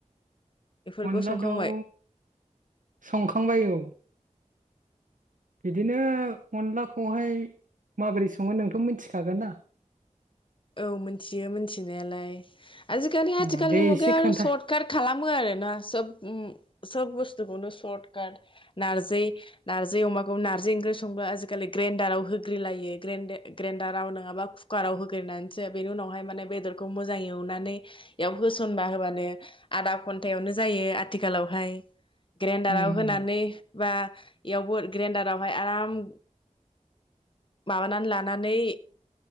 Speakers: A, on the left (about 40°); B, on the right (about 80°).
A: बेफोरखौ
B: अनला
A: संखांबाय
B: दाउ संखांबाय औ बिदिनो अनलाखौहाय माबोरै सङो नोंथ' मिथिखागोन ना
A: औ मिथियो मिथिनायालाय। आजिखालि
B: अ
A: आथिखालनि
B: दे
A: मुगायाव
B: एसे खोन्था
A: आरो सर्ट काट खालामो आरो ना सब उम सब बुस स्थुखौनो सट् काट नारजि नारजि अमाखौ नारजि अमाखौ ओंख्रि संबा आजिखालि ग्रेनडाराव होग्रलायो ग्रेनडाराव नङाबा कुकाराव होगनानैसो बेनि उनावहाय माने बेदरखौ मोजां एवनानै बेयाव होसनबा होबानो आदा घन्टायावनो जायो आथिखालावहाय ग्रेन्डाराव
B: उम
A: होनानै
B: उम
A: बा इयावबो ग्रेन्डारावहाय आराम। माबानानै लानानै